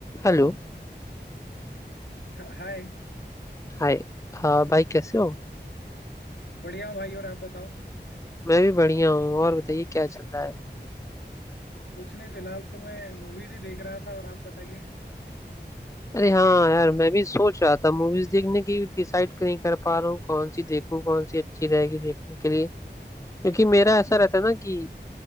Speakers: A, on the left; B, on the left.
A: Hello
B: ह- हाय
A: Hi हाँ भाई कैसे हो
B: बढ़िया हूँ भाई और आप बताओ
A: मैं भी बढ़िया हूँ और बताइए क्या चल रहा है
B: कुछ नहीं फिलहाल तो मैं मूवीज ही देख रहा था और आप बताइए
A: अरे हाँ यार मैं भी सोच रहा था मूवीज देखने की डिसाइड नहीं कर पा रहा हूँ कौन सी देखूँ कौन सी अच्छी रहेगी देखने के लिए क्योंकि मेरा ऐसा रहता है ना कि